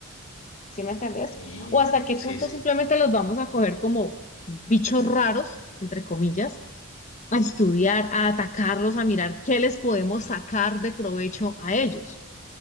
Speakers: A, on the left; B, on the left.
A: ¿Sí me entendés?
B: Y
A: O hasta qué
B: Sí,
A: punto
B: sí.
A: simplemente los vamos a coger como bichos raros, entre comillas, a estudiar, a atacarlos, a mirar qué les podemos sacar de provecho a ellos.